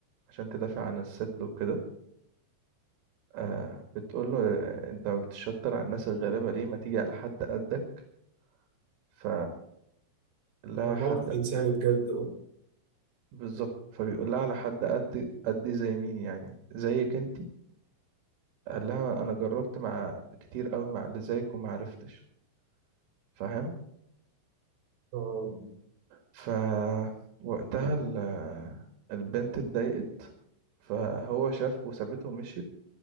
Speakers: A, on the right (about 80°); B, on the right (about 50°).
A: عشان تدافع عن الست وكده آه بتقول له آه، انت بتشطر على الناس الغلابة ليه ما تيجي على حد قدك ف لها
B: ده
A: حد
B: موقف إنساني بجد بقى.
A: بالظبط فبيقول لها على حد قد قدي زي مين يعني زيك انتي قال لها انا جربت مع كتير قوي مع اللي زيك وما عرفتش فاهم
B: آه،
A: ف وقتها ال... آه، البنت اتضايقت فهو شاف وسابته ومشيت